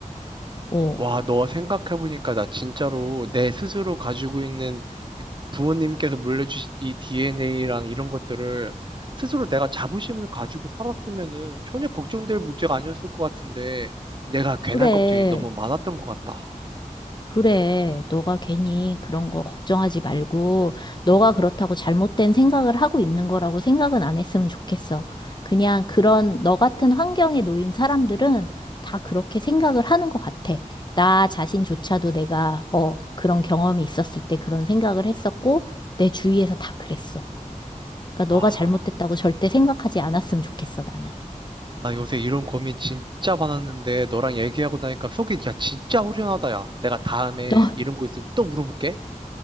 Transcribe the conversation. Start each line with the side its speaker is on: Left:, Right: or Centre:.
Left: 어.
Right: 와, 너 생각해보니까 나 진짜로 내 스스로 가지고 있는 부모님께서 물려주신 이 DNA랑 이런 것들을 스스로 내가 자부심을 가지고 살았으면은 전혀 걱정될 문제가 아니었을 것 같은데, 내가 괜한
Left: 그래,
Right: 걱정이 너무 많았던 것 같다.
Left: 그래. 너가 괜히 그런 거 걱정하지 말고, 너가 그렇다고 잘못된 생각을 하고 있는 거라고 생각은 안 했으면 좋겠어. 그냥 그런 너 같은 환경에 놓인 사람들은 다 그렇게 생각을 하는 것 같아. 나 자신조차도 내가, 어, 그런 경험이 있었을 때 그런 생각을 했었고, 내 주위에서 다 그랬어. 그러니까
Right: 와.
Left: 너가 잘못됐다고 절대 생각하지 않았으면 좋겠어, 나는.
Right: 나 요새 이런 고민 진짜 많았는데 너랑 얘기하고 나니까 속이 야 진짜 후련하다 야. 내가 다음에
Left: 너,
Right: 이런 거 있으면 또 물어볼게.